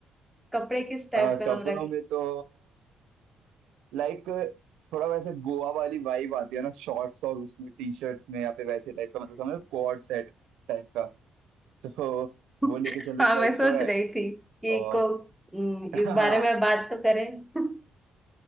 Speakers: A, in the centre; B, on the right.
A: कपड़े किस टाइप
B: अ,
A: में
B: कपड़ों
A: हम रखें
B: में तो लाइक थोड़ा वैसे गोवा वाली वाइब आती है ना शॉर्ट्स और उसमें टी शर्ट्स में या फिर वैसे टाइप का मतलब समझो कोड सेट टाइप का तो
A: <laughs>
B: वो लेके चलूंगा
A: हाँ मैं
B: एक
A: सोच
B: तो है
A: रही थी कि
B: और
A: को हम्म,
B: <laughs>
A: इस बारे में बात तो करें <laughs>